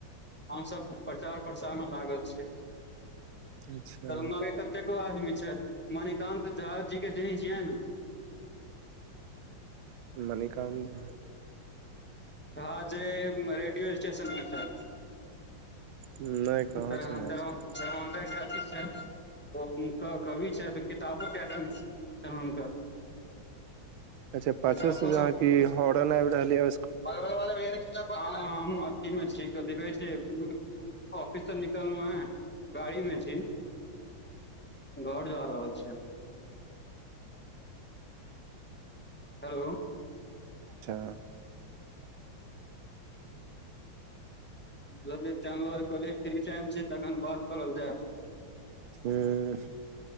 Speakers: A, in the centre; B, on the right.
A: हम सब प्रचार प्रसार मे लागल छीय दरभंगा
B: अच्छा
A: के कतेको आदमी छथि मणिकान्त झा जी के ज छियै न।
B: मणिकान्त झा।
A: ह जे रेडियो स्टेशनमे मिथिला
B: नहि कहाँ
A: के दरभगा
B: चिन्है छै
A: के अथी छै। ओ हुनकर कवि छथि तऽ किताबो कट छनि हुनकर
B: अच्छा पाछू
A: किताबो
B: से जहा क हरन आबि रहल या।
A: हं हमँ अथी मे छी कथी कहे छै ऑफिस से निकललहु हैं गाड़ी में छी। घर जा रहल छियै। हेलो।
B: अच्छा। <inaudible>
A: ब चद कहलिय फ्री इम छै तखन बात करल जाय।
B: हूं।